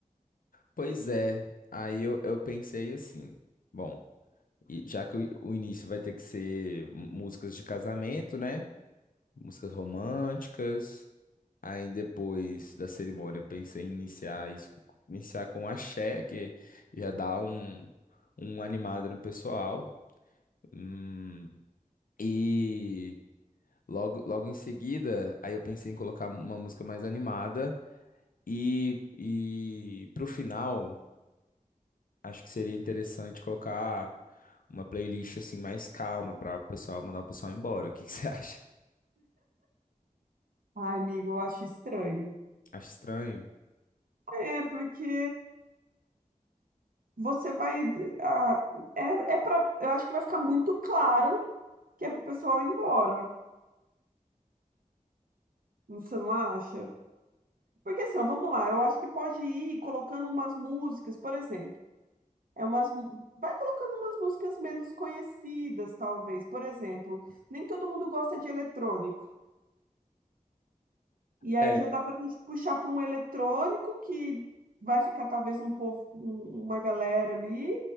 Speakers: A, on the left; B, on the right.
A: Pois é, aí eu, eu pensei assim, bom, e já que o, o início vai ter que ser m- músicas de casamento, né? Músicas românticas. Aí depois da cerimônia, eu pensei em iniciar isso, co- iniciar com axé, que já dá um, um animado no pessoal. Hum, e logo, logo em seguida, aí eu pensei em colocar uma música mais animada. E, e pro final, acho que seria interessante colocar uma playlist assim mais calma para o pessoal mandar o pessoal embora. O que que você <laughs> acha?
B: Ai, amigo, eu acho estranho.
A: Acho estranho.
B: É porque você vai ah, é, é para eu acho que vai ficar muito claro que é pro pessoal ir embora. Você não acha? Porque assim, ó, vamos lá, eu acho que pode ir colocando umas músicas, por exemplo. É umas, mu- vai colocando umas músicas menos conhecidas, talvez. Por exemplo, nem todo mundo gosta de eletrônico. E aí
A: É,
B: já dá pra gente puxar para um eletrônico que vai ficar talvez um povo, um- uma galera ali,